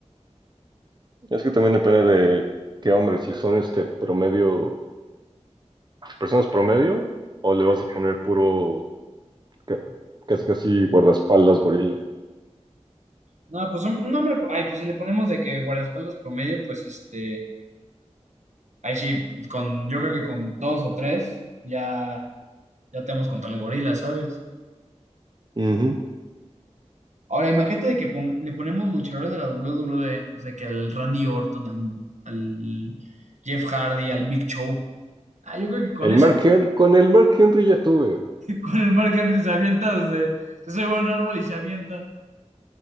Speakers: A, on the right; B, on the right.
A: Es que también depende de qué hombres si son este promedio, personas promedio, o le vas a poner puro, ca- casi casi guardaespaldas gorila.
B: No, pues un, un hombre, ay, pues si le ponemos de que guardaespaldas promedio, pues este, ahí sí, con, yo creo que con dos o tres, ya, ya tenemos contra el gorila, ¿sabes?
A: Ujú.
B: Ahora, imagínate de que pon- le ponemos luchadores de la WWE, pues de que al Randy Orton, al, al Jeff Hardy, al Big Show. Ah, yo creo que con
A: El
B: eso.
A: Mark Hen- con el Mark Henry ya tuve.
B: Con el Mark Henry se avienta desde. Se sube soy buen árbol y se avienta.